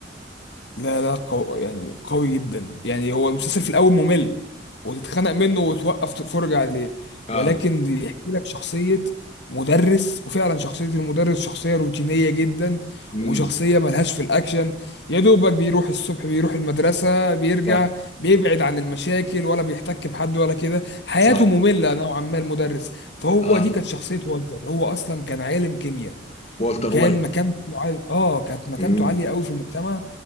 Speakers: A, on the left (about 65°); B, on the left (about 35°).
A: لا لا قو... يعني قوي جدا يعني هو المسلسل في الاول ممل وتتخنق منه وتوقف تتفرج عليه
B: اه
A: ولكن بيحكي لك شخصية مدرس وفعلا شخصية المدرس شخصية روتينية جدا
B: امم
A: وشخصية ملهاش في الأكشن يا دوبك
B: صح
A: بيروح الصبح بيروح المدرسة بيرجع
B: صح
A: بيبعد عن المشاكل ولا بيحتك بحد ولا كده حياته
B: صح
A: مملة نوعا ما المدرس فهو
B: اه
A: دي كانت شخصية والتر هو أصلا كان عالم كيمياء
B: والتر
A: وكان
B: وايت
A: مكانته عالية اه كانت مكانته
B: امم
A: عالية قوي في المجتمع